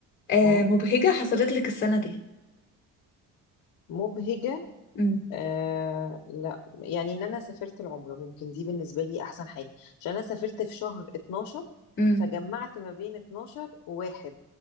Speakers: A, on the left (about 35°); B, on the left (about 65°).
A: آه
B: امم
A: مبهجة حصلت لك السنة دي
B: مبهجه
A: امم
B: آه لا يعني ان انا سافرت العمره ممكن دي بالنسبه لي احسن حاجه عشان انا سافرت في شهر 12
A: امم
B: فجمعت ما بين 12 وواحد